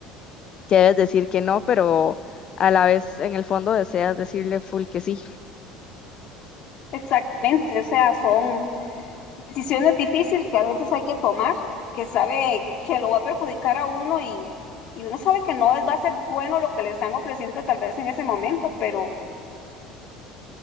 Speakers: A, on the left; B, on the left.
A: que debes decir que no, pero a la vez en el fondo deseas decirle full que sí.
B: Exactamente, o sea, son... decisiones difíciles que a veces hay que tomar, que sabe que lo va a perjudicar a uno y, y uno sabe que no es, va a ser bueno lo que le están ofreciendo tal vez en ese momento, pero